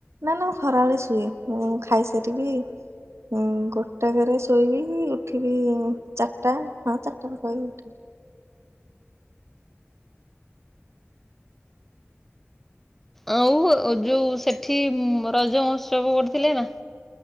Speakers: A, on the right; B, in the centre.
A: ନା ନା ମୁଁ ଖରାବେଳେ ଶୁଏ ମୁଁ ଖାଇସାରିକି ହୁଁ ଗୋଟା କରେ ଶୋଇବି ଉଠିବି ଚାରିଟା ହଁ ଚାରିଟା ପାଖା ପାଖି ଉଠିବି।
B: ଆଉ ଯୋଉ ସେଠି ରଜ ମହୋତ୍ସବ କରିଥିଲେ ନା?